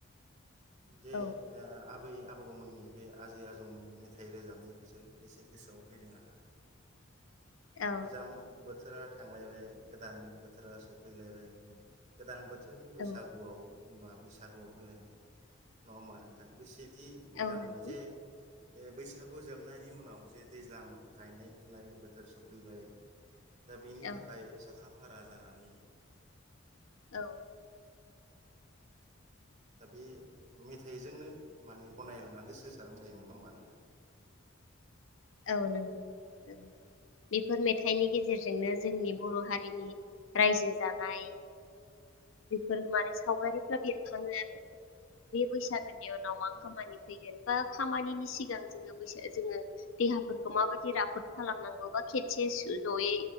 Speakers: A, on the right; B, on the left.
A: जे
B: औ
A: अ। बै आबौमोननि। बे आजै आजौमोननि मेथाइ रोजाबनायखौसो एसे गोसोआव फैदों आंहाे।
B: औ
A: गोजाम। बोथोरा थांलायबाय गोदान बोथोरा सफैलायबाय होननाय गोदान बोथोर। बोथोरनि बैसागुआव।
B: औ
A: होनबा बैसागुआव होनलायनाय नङा होमबा नोंथां बेसे। बिदि मोजां
B: औ नंगौ
A: मोन। अ बैसागु जोबनायनि उनाव जे दैज्लां गायनाय फुनायनि बोथोर सफैबाय। दा बेनि
B: औ
A: थाखाय साखा। भारा जानानै।
B: औ।
A: दा बे मेथाइजोंनो माने बनायलांनानै सोरबा सोरबा जायोमोन नङा होमबा नों दा।
B: औ नंगौ औ। बेफोर मेथाइनि गेजेर। गेजेरजोंनो जोंनि बर' हारिनि। रायजो जानाय। बेफोर माने सावगारिफ्रा बेरखाङो आरो बे बैसागो। नि उनाव मा खामानि
A: औ
B: फैगोन बा
A: दे
B: खामनि सिगां। सिां जोंङो बा जोङो देहाफोरखौ माबायदि राफोद खालामनांगौ बा खेबसे जयै।